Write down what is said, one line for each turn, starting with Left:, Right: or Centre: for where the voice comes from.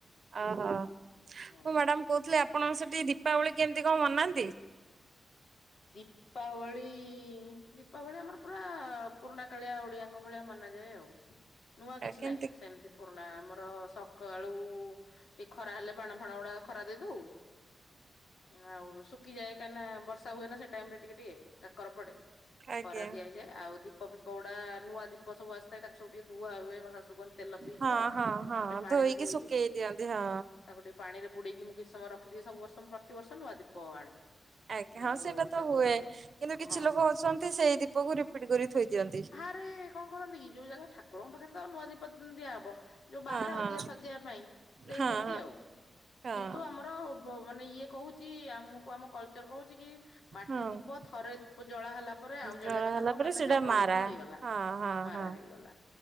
Right: ଓହୋ ମୁଁ
Left: ହୁଁ।
Right: ମ୍ୟାଡ଼ାାମ କହୁଥିଲି ଆପଣଙ୍କ ସେଠି ଦୀପାବଳି କେମିତି କଣ ମନାନ୍ତି?
Left: ଦିପ୍ ଦୀପାବଳି ଦୀପାବଳି ଆମର ପୁରା ପୁରୁଣା କାଳିଆ ଓଡ଼ିଆଙ୍କ ଭଳିଆ ମନାଯାଏ ଆଉ। ନୂଆ କିଛି
Right: କେମିତି
Left: ନାହିଁ ସେମିତି ପୁରୁଣା ଆମର ସକାଳୁ ଟି ଖରା ହେଲେ ବାଣ ଫାଣ ଗୁଡା ଖରା ଦେଇଦଉ ଆଉ ଶୁଖିଯାଏ କାହିଁନା ବର୍ଷ ର୍ଷା ହୁଏ ନା ସେ ଟାଇମ ରେ ଟିକେ ଟିକେ କାକର ପଡେ
Right: ଆଜ୍ଞା
Left: ଖରା ଦିଆ ହେଇଯାଏ। ଆଉ ଦୀପ ଫିପ ଗୁଡା ନୂଆଦୀପ ସବୁ ଆସିଥାଏ ତାକୁ ସବୁ ଟିକେ ଧୁଆ ହୁଏ। ମୋ ଶାଶୁ କୁହନ୍ତି ତେଲ ପିଇଯିବ
Right: ହଁ ହଁ
Left: ତାକୁ ଟିକେ ପାଣିରେ
Right: ଧୋଇକି
Left: ଧୋଇଦେ
Right: ସୁଖେଇ ଦିଅନ୍ତି ହଁ।
Left: ତାକୁ ଟିକେ ପାଣିରେ ବୁଡ଼େଇକି ମୁଁ କିଛି ସମୟ ରଖିଦିଏ ସବୁ ବର୍ଷ ମୁଁ ପ୍ରତିିବର୍ଷ ନୂଆ ଦୀପ ଆଣେ।
Right: ଆଜ୍ଞା ହଁ
Left: ଆଉ
Right: ସେଟାତ
Left: ତାକୁ
Right: ହୁଏ।
Left: ସବୁ
Right: କିନ୍ତୁ କିଛି
Left: ହଁ।
Right: ଲୋକ ଅଛନ୍ତି ସେଇ ଦୀପକୁ ରିପିଟ କରି ଥୋଇ ଦିଅନ୍ତି।
Left: ମେ କଣ କରନ୍ତି କି ଯୋଉ ଜାଗା ଠା କୁରଙ୍କ ପାଖରେ ତ ଆଉ ନୂଆ ଦୀପ ଦିଆହବ। ଯୋଉ ବାହାରେ
Right: ହଁ ହଁ
Left: ଅଧିକା ସଜେଇବା ପାଇଁ ଦେଇ
Right: ହଁ
Left: ଦିଅନ୍ତି
Right: ହଁ।
Left: ଆଉ।
Right: ହଁ
Left: କିନ୍ତୁ ଆମର ବ ମାନେ ଇଏ କହୁଛି ଆମକୁ ଆମ କଲଚର କହୁଛି କି ମାଟି
Right: ହଁ
Left: ଦୀପ ଥରେ ଜଳା ହେଲା ପରେ ଆଉ ଜଳିିବା
Right: ଜଳା
Left: କଥା
Right: ହେଲା
Left: ନୁହଁ
Right: ପରେ
Left: କାହିଁକିନା
Right: ସେଇଟା
Left: ସେ ଅପବିତ୍ର
Right: ମାରା
Left: ହେଇଗଲା।
Right: ହଁ ହଁ
Left: ମାରା
Right: ହଁ।
Left: ହେଇଗଲା।